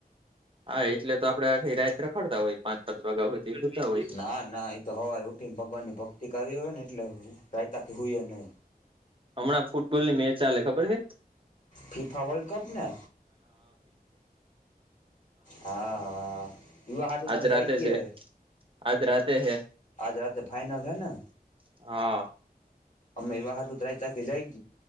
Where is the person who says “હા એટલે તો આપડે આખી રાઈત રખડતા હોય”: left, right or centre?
Right